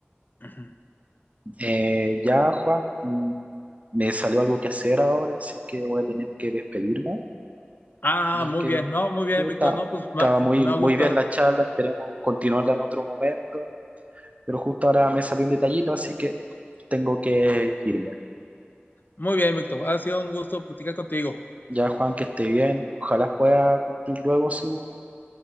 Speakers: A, on the left; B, on the right.
A: Ujú.
B: Eh, ya, Juan, mm, me salió algo que hacer ahora, así que voy a tener que despedirme,
A: Ah,
B: ya
A: muy
B: que
A: bien, no, muy bien,
B: sí, está-
A: Víctor, no, pues
B: estaba
A: me, ha-
B: muy,
A: me ha gustado.
B: muy bien la charla, esperemos continuarla en otro momento. Pero justo ahora me salió un detallito, así que tengo que irme.
A: Muy bien, Víctor, ha sido un gusto platicar contigo.
B: Ya, Juan, que esté bien. Ojalá pueda cumplir luego su,